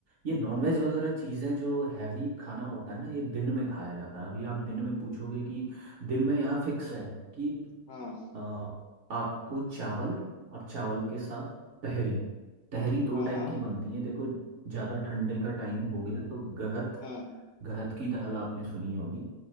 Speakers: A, on the right (about 55°); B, on the left (about 70°).
A: ये नॉनवेज वगैरह चीज़ें जो हैवी खाना होता है ना ये दिन में खाया जाता है अभी आप दिन में पूछोगे कि दिन में यहाँ फिक्स है कि
B: हाँ
A: अ, आपको चावल और चावल के साथ तहरी तहरी दो
B: हाँ
A: टाइप
B: हाँ
A: की बनती है देखो ज़्यादा ठंडे का टाइम हो गया तो गहत
B: हाँ
A: गहत की दाल आपने सुनी होगी